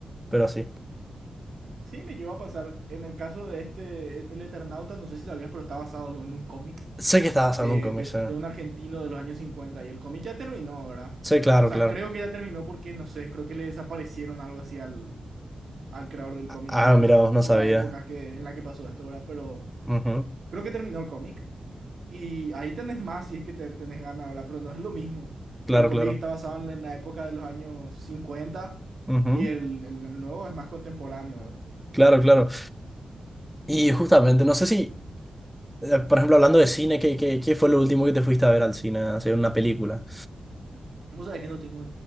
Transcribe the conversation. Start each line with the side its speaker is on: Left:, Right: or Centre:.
Centre: pero así.
Right: Sí, me llegó a pasar. En el caso de este, El Eternauta, no sé si sabías, pero está basado en un cómic.
Centre: Sé que estaba haciendo
Right: de,
Centre: un cómic,
Right: de-
Centre: sí,
Right: de un argentino de los años cincuenta y el cómic ya terminó, ¿verdad?
Centre: Sí, claro,
Right: O sea,
Centre: claro.
Right: creo que ya terminó porque, no sé, creo que le desaparecieron algo así al, al creador del cómic
Centre: Ah,
Right: por una,
Centre: mira, vos no
Right: por
Centre: sabía
Right: la época que, en la que pasó esto, ¿verdad? Pero
Centre: Ujú,
Right: creo que terminó el cómic y ahí tenés más si es que te, tenés ganas, ¿verdad? Pero no es lo mismo.
Centre: Claro,
Right: El cómic
Centre: claro.
Right: está basado en la época de los años cincuenta
Centre: Ujú,
Right: y el, el nuevo es más contemporáneo, ¿verdad?
Centre: Claro, claro. Y justamente, no sé si... Eh, Por ejemplo, hablando de cine, ¿qué, qué, qué fue lo último que te fuiste a ver al cine? Hacer una película.
Right: Vos sabés que no tengo